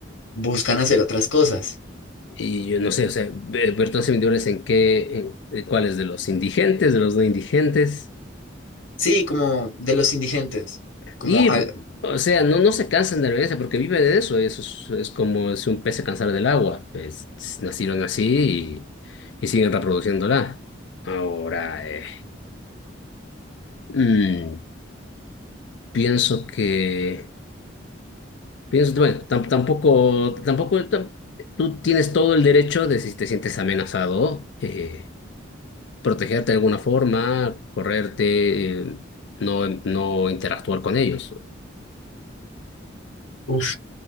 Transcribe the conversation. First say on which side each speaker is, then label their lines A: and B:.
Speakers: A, on the left (about 85°); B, on the left (about 65°).
A: buscan hacer otras cosas.
B: Y yo no sé, o sea, ve- ver todas individuales en qué, en- eh, cuáles de los indigentes, de los no indigentes.
A: Sí, como de los indigentes, como...
B: Y,
A: al-
B: o sea, no, no se cansan de la violencia porque viven de eso. Eso es, es como si un pez se cansara del agua. Es- nacieron así y, y siguen reproduciéndola. Ahora, eh, mm, pienso que... piensas bueno, tam- tampoco, tampoco, tam- tú tienes todo el derecho de si te sientes amenazado, eh, protegerte de alguna forma, correrte, eh, no, no interactuar con ellos.
A: Uf,